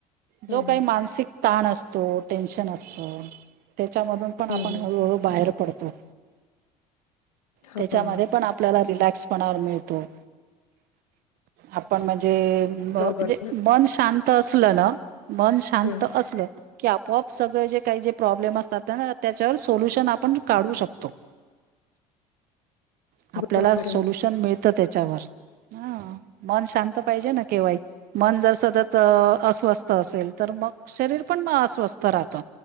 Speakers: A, on the left; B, on the right.
A: हम्म
B: जो काही
A: हम्म
B: मानसिक ताण असतो टेनशन असतं त्याच्यामधून पण
A: हम्म
B: आपण
A: हम्म
B: हळूहळू बाहेर पडतो.
A: हा
B: त्याच्यामध्ये
A: हा
B: पण आपल्याला <unintelligible> मिळतो आपण म्हणजे? म्हणजे
A: दोघांनी
B: मन शांत असलं ना मन शांत
A: हम्म
B: असलं की आपोआप सगळे जे काही जे प्रॉब्लेम असतात ना त्या सोल्यूशन आपण काढू शकतो. आपल्याला
A: बरोबर
B: सोल्युशन
A: आहे ना
B: मिळत त्याच्यावर हा. मन शांत पाहिजे ना केव्हाही, मन जर सतत अस्वस्थ असेल तर मग शरीर पण मग अस्वस्थ राहतं.